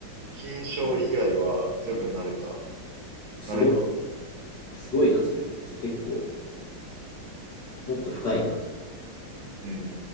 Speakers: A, on the right; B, on the left.
A: 金将以外は全部慣れた。
B: うん。すご、
A: 慣れるわ。
B: すごいな、それ。じゃあ結構、もっと深いな。
A: うん。